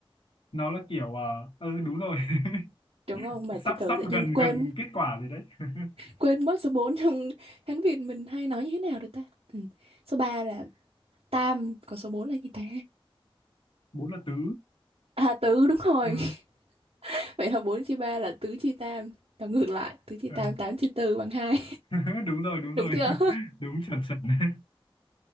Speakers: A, on the left (about 65°); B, on the right (about 85°).
A: nó là kiểu à, ừ đúng rồi <laughs>
B: đúng không mà
A: sắp
B: từ từ
A: sắp
B: tự nhiên
A: gần
B: quên
A: gần kết quả rồi đấy <laughs>
B: quên mất số 4 trong <laughs> Hán Việt mình hay nói như thế nào được ta ừ. số 3 là tam còn số 4 là gì ta
A: bốn là tứ
B: à tứ đúng rồi
A: ừ.
B: <laughs> vậy là 4 chia 3 là tứ chia tam và ngược lại tứ chia
A: ờ.
B: tam 8 chia tư bằng hai
A: <laughs> đúng rồi đúng
B: <laughs> đúng
A: rồi
B: chưa
A: <laughs> đúng chuẩn chuẩn <laughs>